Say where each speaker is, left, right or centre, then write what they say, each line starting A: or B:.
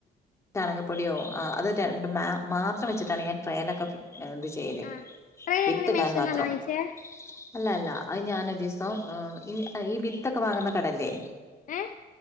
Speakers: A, on the left; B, on the left.
A: ചാണകപൊടിയോ ആ റ്റ് രണ്ട് മ മാത്രം വെച്ചിട്ടാണ് ഞാൻ ട്രേലൊക്കെ ഫി അത് ചെയ്യല്
B: ആഹ് റയ്
A: വിത്തിടാൻ
B: എങ്ങനെ മേശന്നാണോ
A: മാത്രം
B: വാങ്ങിച്ചേ
A: അല്ല അല്ല അത് ഞാൻ ഉദേശ് സോ ആ ഇനി ഈ വിത്തൊക്കെ വാങ്ങുന്ന കടല്ലേ
B: ഏഹ്